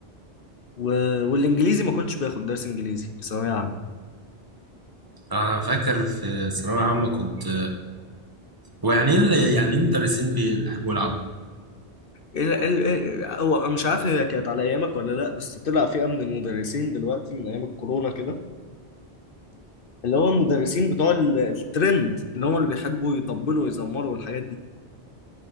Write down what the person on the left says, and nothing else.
و... والانجليزي ما كنتش باخد درس انجليزي في ثانوية عامة
ال... ال... ال... هو مش عارف هي كانت على ايامك ولا لا بس طلع فئة من المدرسين دلوقتي من ايام الكورونا كده اللي هو المدرسين بتوع ال- الترند اللي هم اللي بيحبوا يطبلوا ويزمروا والحاجات دي